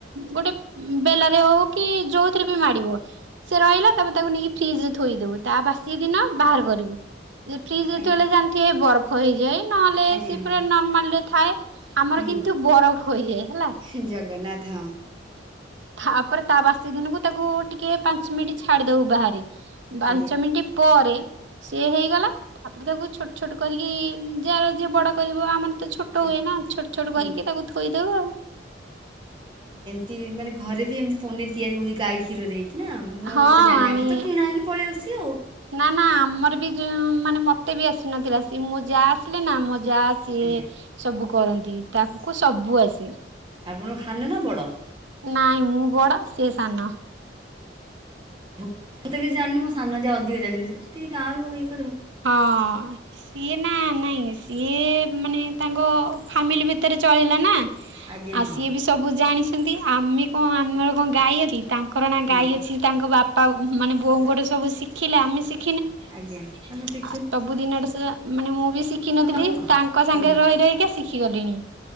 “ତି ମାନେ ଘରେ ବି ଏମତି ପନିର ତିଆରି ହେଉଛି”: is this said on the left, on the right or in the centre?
Right